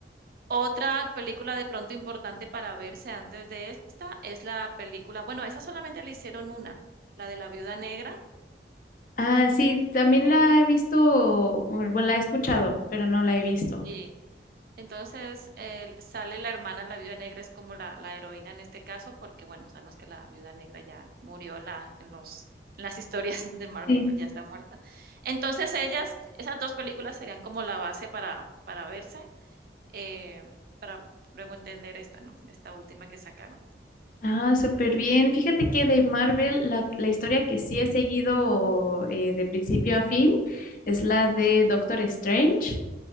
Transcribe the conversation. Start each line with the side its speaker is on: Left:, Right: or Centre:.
Right: Otra película de pronto importante para verse antes de esta es la película bueno, esa solamente le hicieron una, la de la Viuda Negra.
Left: Ah, sí, también la he visto, bueno, bueno, la he escuchado, pero no la he visto.
Right: Sí. Entonces, el sale la hermana, la viuda negra es como la la heroína en este caso, porque, bueno, sabemos que la viuda negra ya murió en la en los en las historias <laughs> de Marvel,
Left: Sí.
Right: ya está muerta. Entonces, ellas esas 2 películas serían como la base para para verse, eh, para luego entender esta, ¿no? Esta última que sacaron.
Left: Ah, súper bien. Fíjate que de Marvel, la, la historia que sí he seguido eh, de principio a fin es la de Doctor Strange.